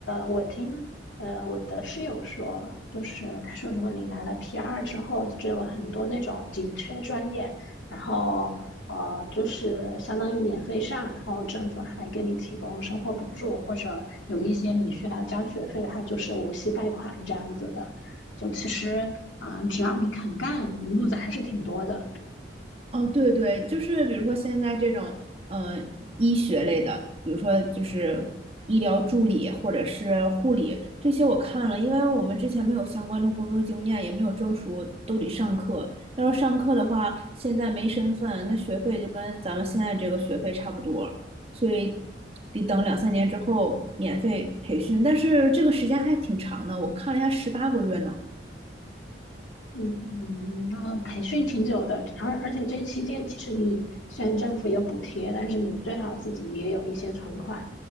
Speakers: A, on the left; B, on the right.
A: 我听呃我的室友说，就是他说，如果你拿了 PR 之后，就有很多那种紧缺专业，然后呃就是相当于免费上，然后政府还给你提供生活补助，或者有一些你需要交学费，它就是无息贷款这样子的。就其实啊，呃只要你肯干，路子还是挺多的。
B: 哦，对对，就是比如说现在这种，嗯、呃医学类的，比如说就是医疗助理或者是护理这些，我看了，因为我们之前没有相关的工作经验，也没有证书，都得上课。要是上课的话，现在没身份，那学费就跟咱们现在这个学费差不多，所以得等两三年之后免费培训。但是这个时间还挺长的，我看了一下，十八个月呢。
A: 嗯，那培训挺久的，而而且这期间其实你虽然政府有补贴，但是你最好自己也有一些存款，